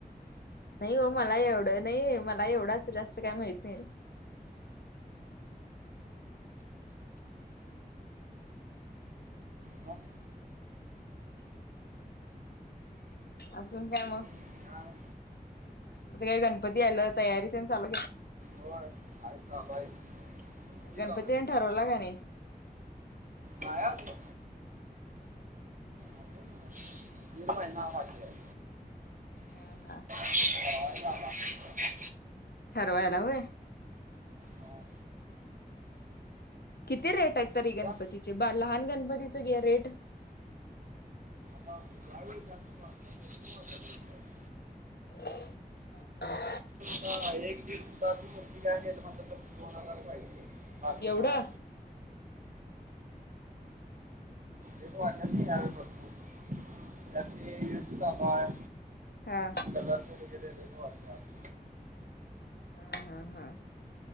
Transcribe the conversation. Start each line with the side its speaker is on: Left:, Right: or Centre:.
Left: नाही हो मला एवढं नाही मला एवढं असं जास्त काय माहित नाही
Right: मग
Left: अजून काय मग
Right: काय
Left: आता काय गणपती आलं तयारी तन चालू
Right: होय चालू आहे तुमची
Left: गणपतीनी
Right: चालू आहे की नाही?
Left: तन ठरवला का नाही
Right: नाही अजून अजून तीन महिना बाकी आहे
Left: हा हा
Right: ठरवायचा आता
Left: ठरवायला होय
Right: हां
Left: किती रेट आहेत तरी
Right: तुमचा
Left: गणपतीचे ब लहान गणपतीच रेट
Right: हा यावेळी जास्त <inaudible>
Left: हा हा
Right: ह एक दिडताची मूर्ती काय गेल म्हणतात तर दोन हजार पाहिजे बारकी
Left: एवढं?
Right: हा रेट वाढलेत नाही आता भरपूर. त्या ते युद्ध चालू आहे
Left: हा
Right: कलरचे वगैरे रेट वाढल्यात
Left: हा हा हा